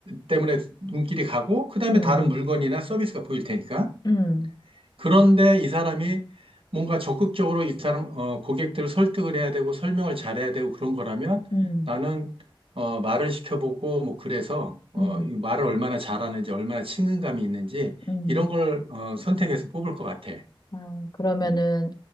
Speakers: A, on the right; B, on the left.
A: 때문에 눈길이 가고, 그 다음에
B: 음,
A: 다른 물건이나 서비스가 보일 테니까.
B: 음,
A: 그런데 이 사람이 뭔가 적극적으로 이 사람, 어, 고객들을 설득을 해야 되고, 설명을 잘해야 되고 그런 거라면
B: 음,
A: 나는, 어, 말을 시켜보고, 뭐, 그래서, 어,
B: 음,
A: 이 말을 얼마나 잘하는지, 얼마나 친근감이 있는지,
B: 음.
A: 이런 걸, 어, 선택해서 뽑을 것 같아.
B: 아, 그러면은
A: 음.